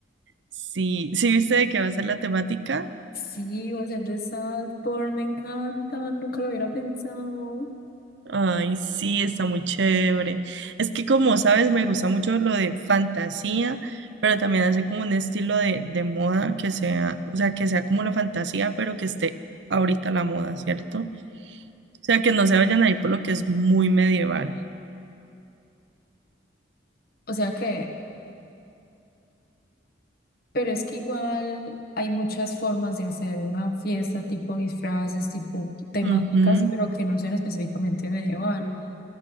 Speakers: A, on the right; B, on the left.
A: Sí, ¿sí viste de qué va a ser la temática?
B: Sí, va a ser de Salford, me encanta, nunca lo hubiera pensado.
A: Ay, sí, está muy chévere. Es que como sabes, me gusta mucho lo de fantasía, pero también hace como un estilo de, de moda que sea, o sea, que sea como la fantasía, pero que esté ahorita la moda, ¿cierto? O sea, que no se vayan a ir por lo que es muy medieval.
B: O sea que, pero es que igual hay muchas formas de hacer una fiesta, tipo disfraces, tipo temáticas,
A: Ujú.
B: pero que no sean específicamente medieval.